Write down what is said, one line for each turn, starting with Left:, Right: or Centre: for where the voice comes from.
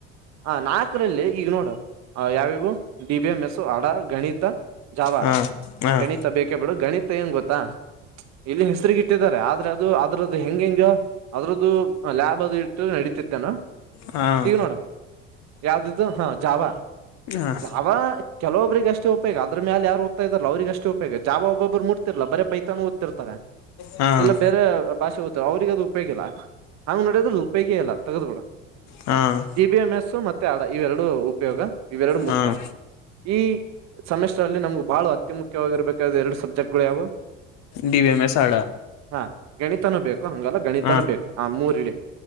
Right: ಹ ನಾಲ್ಕರಲ್ಲಿ ಈಗ ನೋಡು ಯಾವಯಾವು ಬಿ ಬಿ ಎಮೆಸು ಹಡ ಗಣಿತ ಜಾವ
Left: ಹಾಂ ಹಾಂ
Right: ಗಣಿತ ಬೇಕೇ ಬಿಡು ಗಣಿತ ಏನ್ ಗೊತ್ತಾ? ಇಲ್ಲಿ ಹೆಸರಿಗೆ ಇಟ್ಟಿದಿದ್ದಾರೆ ಆದ್ರೆ ಅದು ಅದ್ರದ್ದು ಹೆಂಗ ಹೆಂಗ ಅದ್ರದ್ದು ಲ್ಯಾಬ್ ಅದು ಇಟ್ಟು ನಡೀತಿತ್ತೇನ
Left: ಹಾಂ
Right: ಈಗ ನೋಡ <inaudible> ಯಾವ್ದಇದ ಜಾವ
Left: ಹಾಂ
Right: ಜಾವ ಕೆಲೊಬ್ರಿಗೆಷ್ಟೇ ಉಪಯೋಗ ಅದ್ರ ಮೇಲೆ ಯಾರ ಓದ್ತಾ ಇದಾರ ಅವ್ರರಿಗೆ ಅಷ್ಟೇ ಉಪಯೋಗ ಜಾವ ಒಬ್ಬೊಬ್ರು ಮುಡ್ತಿರ್ಲ್ಲ ಬರ ಪೈ ಓದತಿರ್ತಾರೆ
Left: ಹಾಂ
Right: ಇಲ್ಲ ಬೇರೆ ಭಾಷೆ ಅವ್ರಿಗೆ ಅದು ಉಪಯೋಗ ಇಲ್ಲ ಹಂಗ್ ನೋಡೋದ್ರ ಉಪಯೋಗಿಯ ಇಲ್ಲ ತಗದ ಬಿಡ
Left: ಹಾಂ
Right: ಡಿಬಿಎಂಎಸ್ ಮತ್ತೆ ಹಾಡಾ ಇವೆರಡು ಉಪಯೋಗ ಇವೆರಡು
Left: ಹಾಂ
Right: ಮುಖ್ಯ ಈ ಸೆಮೆಸ್ಟ್ರಲ್ಲಿ ಅಲ್ಲಿ ನಮ್ಗೆ ಬಹಳ ಅತಿ ಮುಖ್ಯವಾಗಿರಬೇಕ ಆದ ಎರಡು ಸಬ್ಜೆಕ್ಟ್ ಗಳು ಯಾವು
Left: ಡಿವಿ ಎಮ ಎಸ್ ಹಾಡಾ
Right: ಹಾ ಗಣಿತನೂ ಬೇಕು ಹಂಗಲ್ಲ ಗಣಿತನು
Left: ಹ
Right: ಬೇಕು ಹ ಮೂರು ಇಡೆ